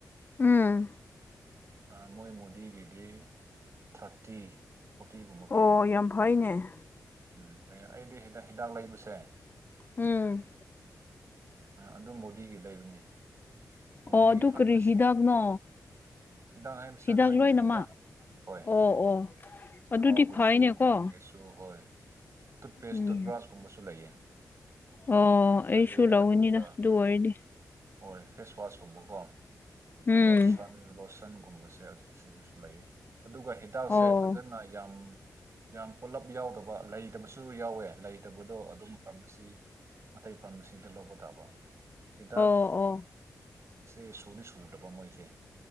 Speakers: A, on the left (about 30°); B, on the right (about 45°).
A: ꯎꯝ
B: ꯑꯥ ꯃꯣꯏ ꯃꯣꯗꯤꯒꯤꯗꯤ ꯊꯥꯔꯇꯤ ꯐꯣꯔꯇꯤꯒꯨꯝꯕ ꯄꯤꯕꯅꯤ
A: ꯑꯣ ꯌꯥꯝ ꯐꯩꯅꯦ
B: ꯎꯝ ꯐꯩꯌ‌ꯦ ꯑꯩꯗꯤ ꯍꯤꯗꯥꯛ ꯍꯤꯗꯥꯛ ꯂꯩꯕꯁꯦ
A: ꯎꯝ
B: ꯑꯗꯨ ꯃꯣꯗꯤꯒꯤ ꯂꯩꯕꯅꯤ ꯃꯣꯗꯤꯒꯤ
A: ꯑꯣ ꯑꯗꯨ
B: ꯐꯥꯔꯃꯥꯁꯤ
A: ꯀꯔꯤ ꯍꯤꯗꯥꯛꯅꯣ
B: ꯍꯤꯗꯥꯛ ꯍꯥꯏꯕꯁꯦ
A: ꯍꯤꯗꯥꯛ
B: ꯂꯣꯏ
A: ꯂꯣꯏꯅꯃꯛ
B: ꯂꯩꯔꯦꯗ ꯍꯣꯏ
A: ꯑꯣ ꯑꯣ
B: ꯆꯈꯥꯎꯈꯩꯁꯨ
A: ꯑꯗꯨꯗꯤ ꯐꯩꯅꯦꯀꯣ
B: ꯃꯥꯏꯒꯤꯁꯨ ꯍꯣꯏ ꯇꯨꯠꯄꯦꯁꯇ
A: ꯎꯝ
B: ꯕ꯭ꯔꯥꯁꯀꯨꯝꯕꯁꯨ ꯂꯩꯌꯦ
A: ꯑꯣ
B: ꯑꯗꯨ
A: ꯑꯩꯁꯨ
B: ꯂꯩꯌꯦ
A: ꯂꯧꯅꯤꯅꯗ
B: ꯑꯗꯨꯒ
A: ꯑꯗꯨ ꯑꯣꯏꯔꯗꯤ
B: ꯍꯣꯏ ꯐꯦꯁꯋꯥꯁꯀꯨꯝꯕꯀꯣ
A: ꯎꯝ
B: ꯂꯣꯁꯟ ꯂꯣꯁꯟꯒꯨꯝꯕꯁꯦ ꯑꯁꯤꯗꯁꯨ ꯂꯩꯌ‌ꯦ ꯑꯗꯨꯒ ꯍꯤꯗꯥꯛꯁꯦ
A: ꯑꯣ
B: ꯐꯖꯅ ꯌꯥꯝ ꯌꯥꯝ ꯄꯨꯂꯞ ꯌꯥꯎꯗꯕ ꯂꯩꯇꯕꯁꯨ ꯌꯥꯎꯋꯦ ꯂꯩꯇꯕꯗꯣ ꯑꯗꯨꯝ ꯀꯝꯐꯜꯁꫪꯤ ꯑꯇꯩ ꯐꯥꯔꯃꯁꯤ ꯁꯤꯗ ꯂꯧꯕ ꯇꯥꯕ ꯍꯤꯗꯥꯛ
A: ꯑꯣ ꯑꯣ
B: ꯁꯦ ꯁꯨꯗꯤ ꯁꯨꯗꯕ ꯃꯣꯏꯁꯦ